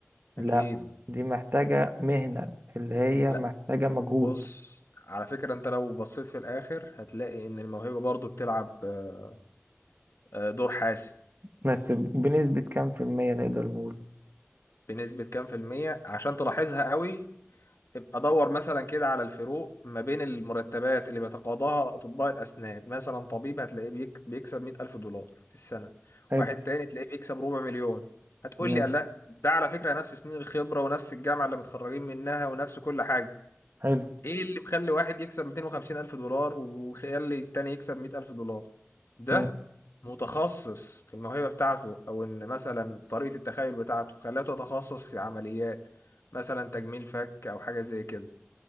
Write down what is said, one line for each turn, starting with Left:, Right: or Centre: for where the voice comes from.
Right: لا
Left: اكيد
Right: دي محتاجة مهنة اللي هي
Left: لا
Right: محتاجة مجهود
Left: بص على فكرة انت لو بصيت في الاخر هتلاقي ان الموهبة برضو بتلعب آه، آه، دور حاسم
Right: بس بنسبة كام في المية نقدر نقول
Left: بنسبة كام في المية عشان تلاحظها قوي ابقى دور مثلا كده على الفروق ما بين المرتبات اللي بيتقاضاها أطباء الأسنان مثلا طبيب هتلاقيه بيك بيكسب مية ألف دولار في السنة
Right: حلو
Left: واحد تاني تلاقيه بيكسب ربع مليون هتقول
Right: ماشي
Left: لي لا ده على فكرة نفس سنين الخبرة ونفس الجامعة اللي متخرجين منها ونفس كل حاجة
Right: حلو
Left: ايه اللي مخلي واحد يكسب 250 الف دولار وخلي التاني يكسب 100 الف دولار ده
Right: مم.
Left: متخصص الموهبة بتاعته او ان مثلا طريقة التخيل بتاعته خلاته يتخصص في عمليات مثلا تجميل فك او حاجة زي كده